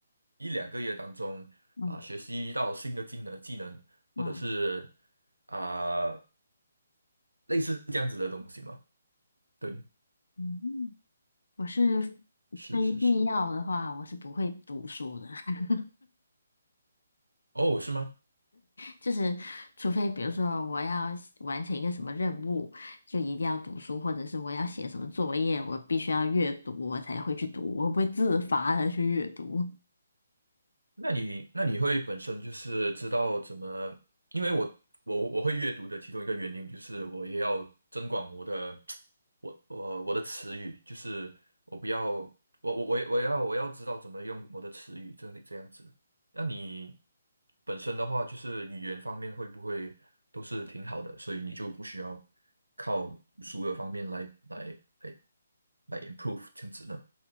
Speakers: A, on the right; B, on the left.
A: 一两个月当中啊、
B: 嗯
A: 学习到新的技能技能，
B: 嗯
A: 或者是啊、类似这样子的东西嘛？对，
B: 嗯，我是非
A: 是是是，
B: 必要的话，我是不会读书的。<laughs>
A: 哦，是吗？
B: 就是，除非比如说我要写完成一个什么任务，就一定要读书，或者是我要写什么作业，我必须要阅读，我才会去读，我不会自发的去阅读，
A: 那你那你会本身就是知道怎么？因为我我我会阅读的其中一个原因就是我也要增广我的 <tsk> 我我我的词语，就是我不要我我我也我要我要知道怎么用我的词语，这里这样子。那你本身的话，就是语言方面会不会都是挺好的，所以你就不需要靠读书的方面来来来来 improve 这样子呢？